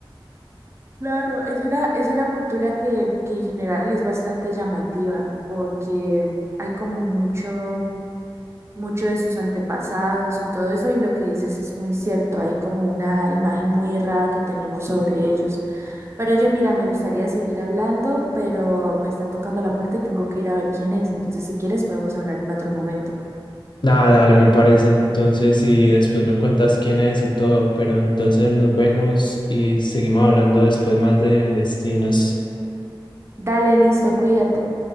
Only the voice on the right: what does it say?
claro, es una, es una cultura que, que en general es bastante llamativa porque hay como mucho, mucho de sus antepasados y todo eso y lo que dices es muy cierto, hay como una imagen muy errada que tenemos sobre ellos. Pero oye, mira, me gustaría seguir hablando, pero me están tocando la puerta y tengo que ir a ver quién es, entonces si quieres podemos hablar en otro momento.
Dale, listo, cuídate.